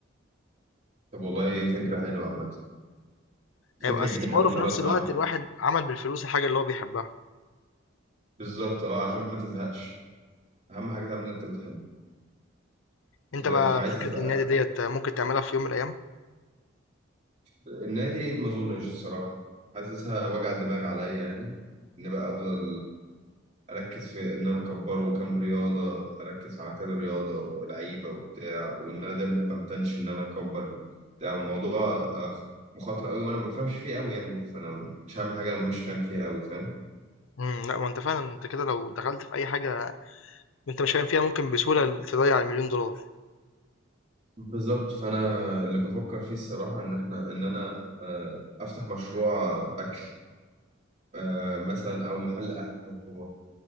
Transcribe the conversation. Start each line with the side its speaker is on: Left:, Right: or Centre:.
Right: طب والله فكره حلوه عامه
Left: هيبقى
Right: فكره
Left: استثمار
Right: جديده اول
Left: وفي
Right: مره
Left: نفس
Right: اسمعها
Left: الوقت الواحد عمل بالفلوس الحاجه اللي هو بيحبها
Right: بالظبط اه عشان ما تزهقش اهم حاجه تعمل اللي انت بتحبه
Left: انت
Right: انت
Left: بقى
Right: انت عايز
Left: فكره
Right: تبقى
Left: النادي ديت ممكن تعملها في يوم من الايام
Right: النادي ما اظنش الصراحه حاسسها وجع دماغ عليا يعني ان بقى افضل اركز في ان انا اكبره كام رياضه اركز على كذا رياضه لعيبه وبتاع وان انا دايما هبقى متنشن ان انا اكبر بتاع الموضوع آه، مخاطر قوي وانا ما بفهمش فيه قوي يعني فانا مش هعمل حاجه انا مش فاهم فيها قوي فاهم
Left: امم لا ما انت فعلا انت كده لو دخلت في اي حاجه انت مش فاهم فيها ممكن بسهولة تضيع المليون دولار
Right: بالظبط فانا اللي بفكر فيه الصراحه ان احنا ان انا آه، افتح مشروع اكل آه، مثلا او محل قهوه